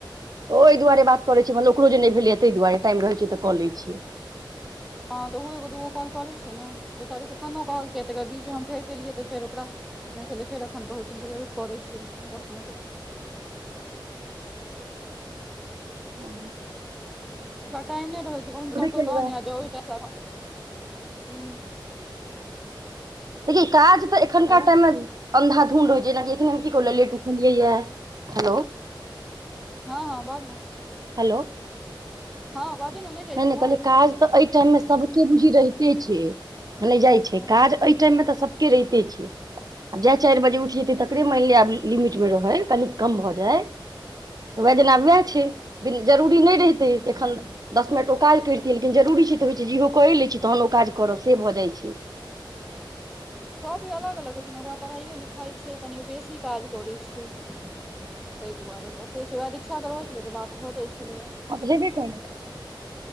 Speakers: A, on the right; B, in the centre.
A: ओहि दुआरे बात करैत छी मलब ओकरो जे नहि भेलै तहि दुआरे टाइम रहैत छै तऽ कऽ ल छियै
B: हाँ तऽ ओहो एगो दूगो कॉल करै छै ने बेचारीके खनो कहल किय तऽ एक बीचमे हम फेर केलियै तऽ फेर ओकरा नहि छलै फेर एखन कहैत छल हम कहहिलै रुक करै छियौ दस मिनटमे
A: ओ
B: ओकरा एने होइ छै कन घरत
A: केलहुँ
B: तहने
A: हेँ
B: आ जा ओहि ह
A: देखि काज तऽ एखनका
B: हेलो
A: टाइममे अन्धा धुन रहै जेना की ऐखने हम की कहुँ लेट उठलियैै है हलो
B: हाँ हाँ बाज न
A: हेलो
B: हाँ बाजे न नहि जाइ
A: नहि
B: छौ
A: नहि
B: आवाज
A: कहलिय काज तऽ एहि टाइम मे सबके बुझि रहिते छै नहि जाइ छै
B: हँ
A: काज एहि टाइममे तऽ सबके रहिते छै आ जाए चार बजे उठि जेतै तकरे मान लिअ आब लिमिटमे रहै कनी कम भऽ जाय उएह जेना उएह छै जरूरी नहि रहितै तऽ एखन दस मिनट ओ काज करितियै लेकिन जरूरी छै तऽ होइत छै जेहो करै लै छी तहन ओ काज करब से भऽ जाइ छै
B: सब भी अलग अलग होइ छै ने ओकरा पढ़ाइयो लिखाइ छै कनी ओ बेसी काज करै छै तहि दुआरे शिक्षा के रहै छलै तऽ बात भऽ जाइ छलैय
A: हभ भी कर <unintelligible>